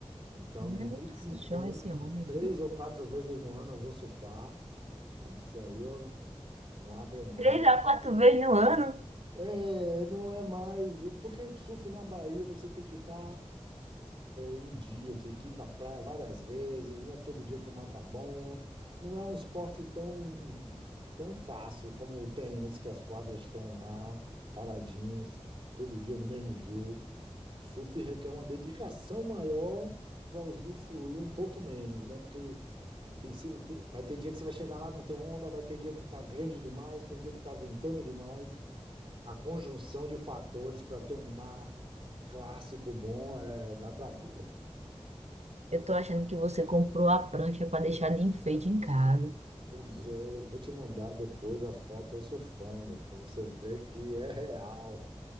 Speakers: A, on the right; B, on the right.
A: então
B: Não
A: de
B: é muito
A: vez em
B: função
A: quando,
B: esse homem,
A: três
B: viu?
A: ou quatro vezes no ano, eu vou surfar. Isso aí eu não, não abro mão.
B: Três a quatro vezes no ano?
A: É, não é mais. É, Porque surf na Bahia você tem que estar em dia, você tem que ir para praia várias vezes, não é todo dia que o mar tá bom. Não é um esporte tão, tão fácil como o tênis, que as quadras estão lá, paradinhas, todo dia do mesmo jeito. Surf requer uma dedicação maior para usufruir um pouco menos, né? Porque tem se- te- vai ter dia que você vai chegar lá, não tem onda, vai ter dia que tá grande demais, tem dia que tá ventando demais a conjunção de fatores para ter um mar clássico bom é, dá trabalho.
B: Eu tô achando que você comprou a prancha para deixar de enfeite em casa.
A: Pois é, eu vou te mandar depois a foto eu surfando, para você ver que é real.